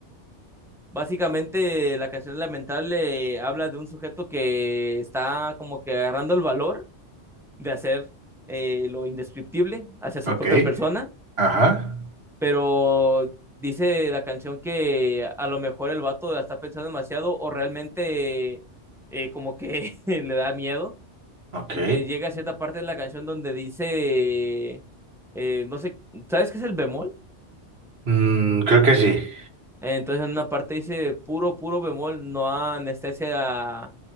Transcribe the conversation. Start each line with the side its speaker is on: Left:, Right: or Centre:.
Centre: Básicamente, la canción Lamentable eh, habla de un sujeto que está como que agarrando el valor de hacer eh, lo indescriptible hacia su
Right: Ok,
Centre: propia persona
Right: ajá,
Centre: pero dice la canción que a lo mejor el vato la está pensando demasiado o realmente eh, como que <laughs> le da miedo,
Right: ok.
Centre: porque llega a cierta parte de la canción donde dice, eh, no sé, ¿sabes qué es el bemol?
Right: Mm, creo que sí.
Centre: Eh, Entonces en una parte dice puro, puro bemol, no anestesia,